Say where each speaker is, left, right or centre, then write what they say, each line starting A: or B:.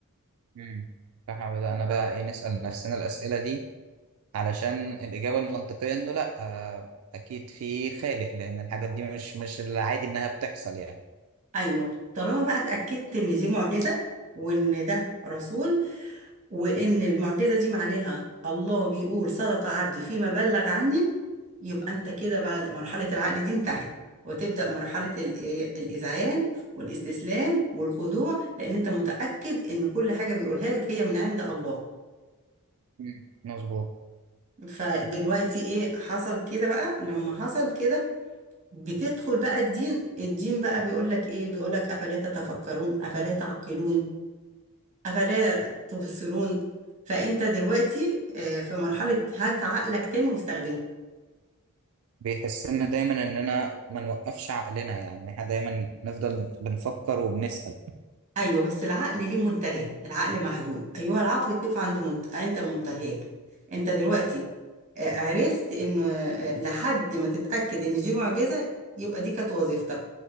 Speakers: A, on the right; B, on the right.
A: مم. فاحنا بدأنا بقى ايه نسأل نفسنا الأسئلة دي علشان الإجابة المنطقية إنه لأ آه أكيد في خالق لأن الحاجات دي مش مش العادي إنها بتحصل يعني
B: أيوه طالما بقى اتأكدت إن دي معجزة وإن ده رسول وإن المعجزة دي معناها الله بيقول صدق عبدي فيما بلغ عني يبقى أنت كده بعد مرحلة العقل دي انتهت وتبدأ مرحلة ال- إيه، الإذعان والاستسلام والخضوع لأن أنت متأكد إن كل حاجة بيقولها لك هي من عند الله
A: مم. مظبوط
B: فدلوقتي إيه حصل كده بقى لما حصل كده بتدخل بقى الدين الدين بقى بيقول لك إيه بيقول لك أفلا تتفكرون أفلا تعقلون أفلا تبصرون فأنت دلوقتي آه، في مرحلة هات عقلك تاني واستخدمه
A: بيحسنا دايما اننا ما نوقفش عقلنا يعني احنا دايما نفضل بنفكر وبنسأل
B: أيوه بس العقل ليه منتهى العقل محدود أيها العقل كيف عنده منت... عند منتهاك أنت دلوقتي آه، عرفت إن آه، لحد ما تتأكد إن دي معجزة يبقى دي كانت وظيفتك